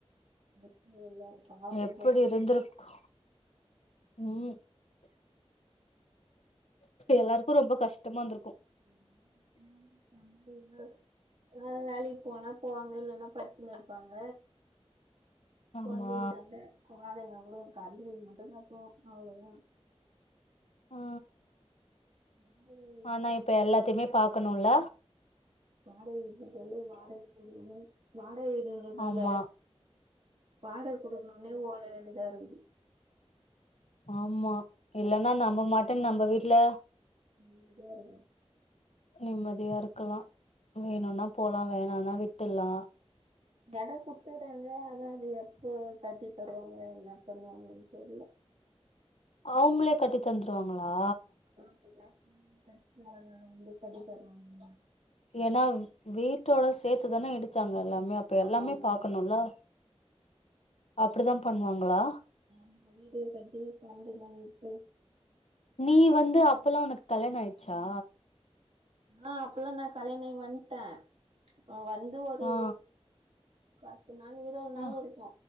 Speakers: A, on the right (about 70°); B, on the left (about 70°).
A: இருக்க முடியாது
B: எப்படி
A: <unintelligible>
B: இருந்திருக்கு ம் எல்லாருக்கு ரொம்ப கஷ்டமா இருந்ருக்கு
A: ரொம்ப கஷ்டமாருந் வேலைக்குப் போனா போவாங்க இல்லன்னா படுத்துக்குனு இருப்பாங்க
B: ஆமா
A: புகுந்த வீட்டான்ட வாடக கூட கரெண்ட் பில் மட்டுதா ஓபன் ஆவ்ளியா
B: ஆ
A: வாடகை வீடுன்றதுனால
B: ஆனா இப்ப எல்லாத்தையுமே பாக்கணுல்ல
A: ஒரு மாரிஇருக்கு வாடக வீட்ல இருக்றது வாடகை <unintelligible> வாடக வீடுன்றதுனால
B: ஆமா
A: வாடக குடுக்கணுனே ஓட வேண்டியதா இருக்குது
B: ஆமா இல்லன்னா நம்ம பாட்டு நம்ம வீட்ல
A: நிம்மதியா இருக்கு
B: நிம்மதியா இருக்கலா வேணுன்னா போலா வேணான்னா விட்டர்லா
A: எடங் குட்த்துட்றாங்க ஆனா அது எப்போ கட்டித் தருவாங்க என்ன பண்ணுவாங்கன் தெரில
B: அவுங்ளே கட்டித் தந்துருவாங்ளா
A: அப்டிதா சொன்னாங்க கட்டித் தருவாங்க அவங்களே கட்டித் தருவாங்கணு
B: ஏனா வீட்டோட சேத்து தானே இடிச்சாங்க எல்லாமே அப்ப எல்லாமே
A: ஆமா
B: பாக்கணுல்ல
A: ஆமா
B: அப்டி தா பண்ணுவாங்ளா
A: நம்ம வீடு கட்டி தந்துருவாங்கன்ட்டு
B: நீ வந்து அப்பல்லா உனக்கு கல்யாணோ ஆய்ட்ச்சா
A: ஆ அப்பல்லா நா கல்யாணோ ஆயி வன்ட்டே இப்போ வந்து ஒரு
B: ஆ
A: பத்து நாள் இருவது நாள்
B: ஆ
A: இருக்கு